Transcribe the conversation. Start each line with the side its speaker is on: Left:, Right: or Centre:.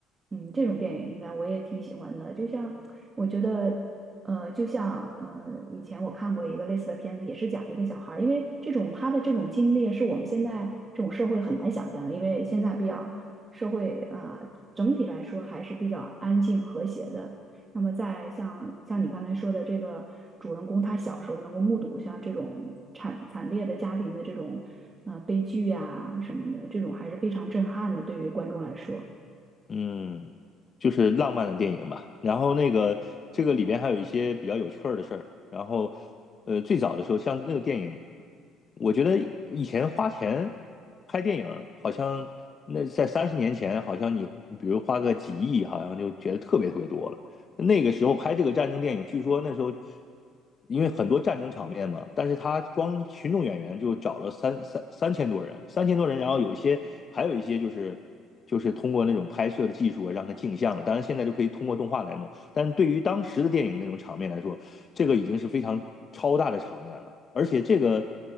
Right: 嗯，这种电影应该我也挺喜欢的。就像我觉得，呃，就像呃，以前我看过一个类似的片子，也是讲一个小孩儿，因为这种他的这种经历是我们现在这种社会很难想象的，因为现在比较社会啊、呃整体来说还是比较安静和谐的。那么在像像你刚才说的这个主人公，他小时候能够目睹像这种惨惨烈的家庭的这种啊、呃悲剧啊什么的，这种还是非常震撼的，对于观众来说。
Left: 嗯，就是浪漫的电影吧。然后那个这个里边还有一些比较有趣儿的事儿。然后，呃，最早的时候，像那个电影，我觉得以前花钱拍电影儿好像那在三十年前，好像你比如花个几亿，好像就觉得特别特别多了。那个时候拍这个战争电影，据说那时候因为很多战争场面嘛，但是他光群众演员就找了三三三千多人，三千多人，然后有一些还有一些就是就是通过那种拍摄的技术啊，让它镜像了。当然现在就可以通过动画来弄，但是对于当时的电影那种场面来说，这个已经是非常超大的场面了。而且这个